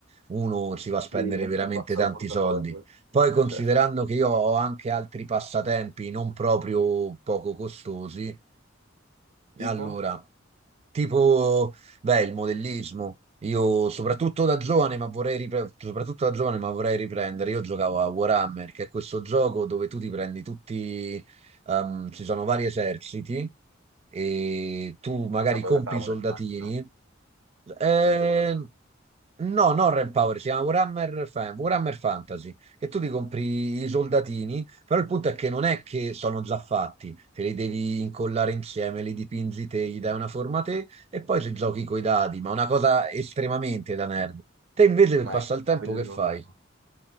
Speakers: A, on the right; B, on the right.
A: uno si va a spendere
B: Sì, metti
A: veramente
B: un po' al suo
A: tanti
B: portafoglio,
A: soldi. Poi considerando
B: certo.
A: che io ho anche altri passatempi non proprio poco costosi,
B: Tipo,
A: allora,
B: Un
A: tipo, beh, il modellismo. Io soprattutto da giovane, ma vorrei ripre- soprattutto da giovane, ma vorrei riprendere. Io giocavo a Warhammer, che è questo gioco dove tu ti prendi tutti, ehm, ci sono vari eserciti e tu magari
B: gioco
A: compri
B: da tavola,
A: i soldatini.
B: immagino, no?
A: Eh,
B: è un gioco da tavola.
A: no, non Power si chiama Warhammer, Fan- Warhammer Fantasy, che tu ti compri i soldatini però il punto è che non è che sono già fatti, te li devi incollare insieme, li dipingi te, gli dai una forma te e poi ci giochi coi dadi, ma una cosa estremamente da nerd. Te invece per
B: Ma
A: passare
B: è
A: il
B: quello...
A: tempo che fai?